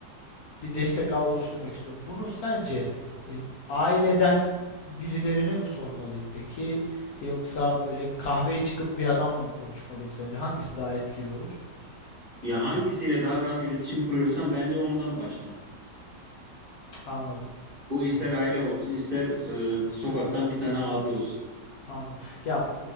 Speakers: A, on the left; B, on the right.
A: bir destek ağı oluşturmak istiyorum. Bunu sence e, aileden birilerine mi sormalıyım peki? Yoksa böyle kahveye çıkıp bir adamla mı konuşmalıyım sence? Hangisi daha etkili olur?
B: Ya hangisiyle daha rahat iletişim kuruyorsan bence ondan başla.
A: Cık, Anladım.
B: Bu
A: Anladım.
B: ister aile olsun ister e, sokaktan bir tane abi olsun.
A: Anladım. Ya